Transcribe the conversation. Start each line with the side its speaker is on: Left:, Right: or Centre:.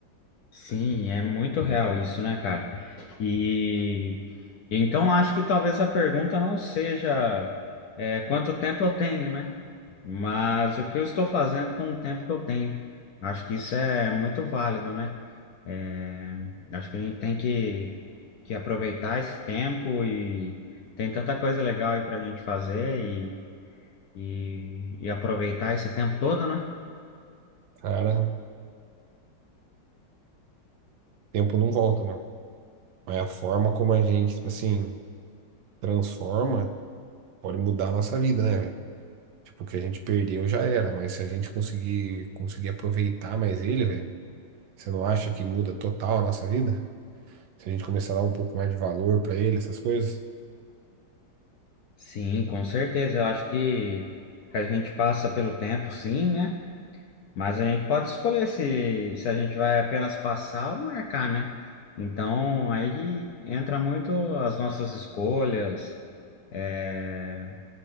Left: Sim, é muito real isso, né, cara? E então acho que talvez a pergunta não seja é, quanto tempo eu tenho, né? Mas o que eu estou fazendo com o tempo que eu tenho. Acho que isso é muito válido, né? É, acho que a gente tem que, que aproveitar esse tempo e tem tanta coisa legal aí pra gente fazer e, e, e aproveitar esse tempo todo, né?
Right: Cara, o tempo não volta, mano. Mas a forma como a gente, tipo assim, transforma pode mudar a nossa vida, né, velho? Tipo, o que a gente perdeu já era, mas se a gente conseguir, conseguir aproveitar mais ele, velho, você não acha que muda total a nossa vida? Se a gente começar a dar um pouco mais de valor pra ele, essas coisas?
Left: Sim, com certeza. Eu acho que a gente passa pelo tempo, sim, né? Mas a gente pode escolher se, se a gente vai apenas passar ou marcar, né? Então, aí entra muito as nossas escolhas, é,